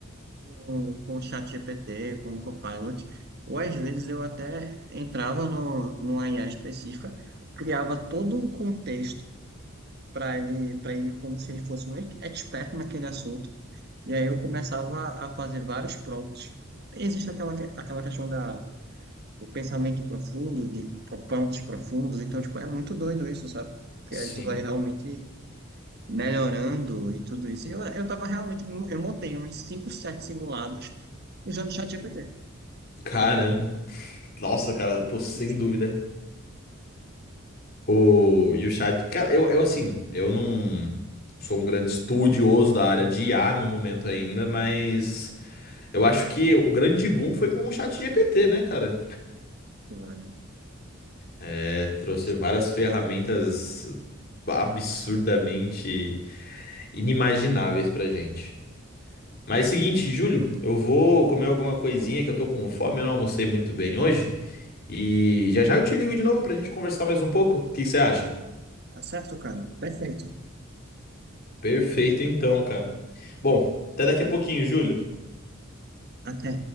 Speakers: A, on the right (about 50°); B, on the left (about 45°).
A: com, com o ChatGPT, com o Copilot, ou às vezes eu até entrava no, numa IA específica, criava todo um contexto para ele, para ele como se ele fosse um expert naquele assunto, e aí eu começava a fazer vários prompts. Existe aquela, que- aquela questão da, do pensamento profundo, de prompts profundos, então, tipo, é muito doido isso, sabe? Porque
B: Sim.
A: aí tu vai realmente melhorando e tudo isso. E eu, eu tava realmente, eu montei uns 5, 7 simulados usando o ChatGPT
B: Caramba.
A: tá ligado?
B: Nossa, cara, pô, sem
A: E filho,
B: dúvida. O, e o chat, cara, eu, eu assim, eu não sou um grande estudioso da área de IA no momento ainda, mas eu acho que o grande boom foi com o chat GPT, né, cara?
A: pô, velho,
B: É, trouxe
A: com certeza.
B: várias ferramentas absurdamente inimagináveis pra gente. Mas seguinte, Júlio, eu vou comer alguma coisinha que eu tô com fome, eu não almocei muito bem hoje. E já já eu te ligo de novo pra gente conversar mais um pouco. O que que você acha?
A: Tá certo, cara. Perfeito,
B: Perfeito
A: perfeito, cara.
B: então, cara. Bom, até daqui a pouquinho, Júlio.
A: Até.